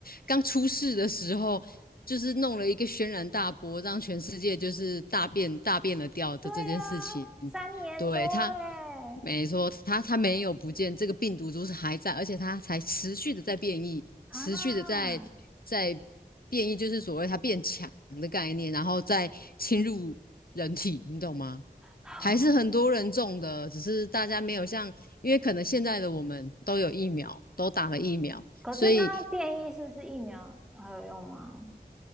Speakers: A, on the left (about 65°); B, in the centre.
A: 刚出世的时候，就是弄了一个轩然大波，让全世界就是大变大变了调的这件事情。
B: 对呀、三年多哎、
A: 对，他，没错，他他没有不见，这个病毒株是还在，而且它才持续的在变异，
B: 啊，
A: 持续的在在变异，就是所谓它变强的概念，然后再侵入人体，你懂吗？
B: 好，
A: 还是很多人中的，只是大家没有像，因为可能现在的我们都有疫苗，都打了疫苗，
B: 可是他变异是不是疫苗还有用吗？
A: 所以